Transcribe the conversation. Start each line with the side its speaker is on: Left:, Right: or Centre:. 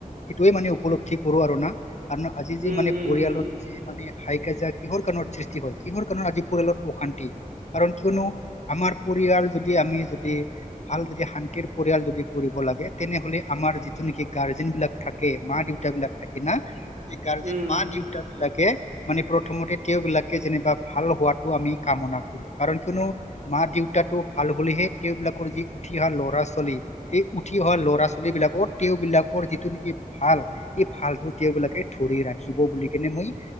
Left: সেইটোৱে মানে উপলব্ধি কৰো আৰু না কাৰণ আজি যি
Right: উম
Left: মানে
Right: উম
Left: পৰিয়ালত
Right: উম
Left: যি মানে হাই কিহৰ কাৰণত সৃষ্টি হয় কিহৰ কাৰণত আজি পৰিয়ালত অশান্তি কাৰণ কিয়নো আমাৰ পৰিয়াল আমি যদি ভাল যদি শান্তিৰ পৰিয়াল যদি কৰিব লাগে তেনেহলে আমাৰ যিটো নেকি গা- ৰ্জেন বিলাক থাকে মা দেউতা বিলাক থাকে না সেই গাৰ্জেন
Right: উম
Left: মা দেউতাক লাকে মানে প্ৰথমতে তেওঁবিলাকে যেনিবা ভাল হোৱাটো আমি কামনা কৰো কাৰণ কিয়নো মা দেউতাটো ভাল হ'লেহে তেওঁবিলাকৰ যি উঠি অহা ল'ৰা ছোৱালী সেই উঠি অহা ল'ৰা ছোৱালী বিলাকত তেওঁ বিলাকৰ যিটো নেকি ভাল এই ভালটো তেওঁবলাকে ধৰি ৰাখিব বুলি কেনে মই